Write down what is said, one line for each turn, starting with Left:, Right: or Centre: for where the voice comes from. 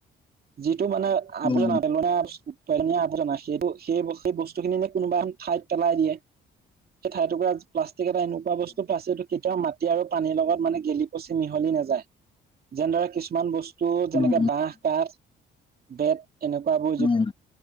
Right: যিটো মানে আৱৰ্জনা
Left: উম উম
Right: পেলনীয়া, পেলনীয়া আৱৰ্জনা সেইটো, সেই, সেই বস্তু খিনি নে কোনোবা এখন ঠাইত পেলাই দিয়ে সেই ঠাইটুকুৰা প্লাষ্টিক এটা এনেকুৱা বস্তু প্লাষ্টিকটো কেতিয়াও মা টি আৰু পানীৰ লগত মানে গেলি, পচি মিহলি নাযায় যেনেদৰে কিছুমান বস্তু টো যেনেকে
Left: উম উম উম
Right: বাহ কাঠ বেত এনেকুৱা বোৰ
Left: উম।